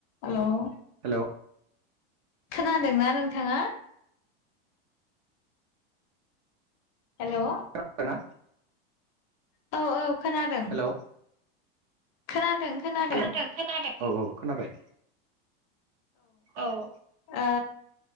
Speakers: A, on the left (about 35°); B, on the right (about 35°).
A: हेल'
B: hello
A: खोनादोंना नोंथाङा? Hello
B: खोनादोंना
A: औ औ खोनादों
B: हेलौ
A: खोनादों। खोनादों
B: हेल' खोनादों औ औ खोनाबाय औ ओ
A: ओ